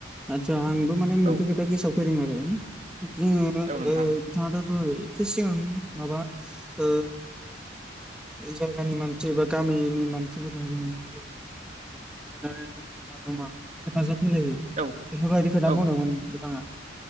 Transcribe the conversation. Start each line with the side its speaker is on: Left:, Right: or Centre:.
Centre: आतसा आंबो माने मोनसे
Right: औ
Centre: खोथा गेसआव फैदों आरो जोङो
Right: औ नोंथां
Centre: ओ बिथाङाथ' एसे सिगां माबा ओ जायगानि मानसि बा गामिनि मानसिफोरजों जोंङो लोगो <unintelligible> जमा जमा हेफाजाब होलायो
Right: औ
Centre: बेफोरबायदि खोथा
Right: औ
Centre: बुंदोंमोन बिथाङा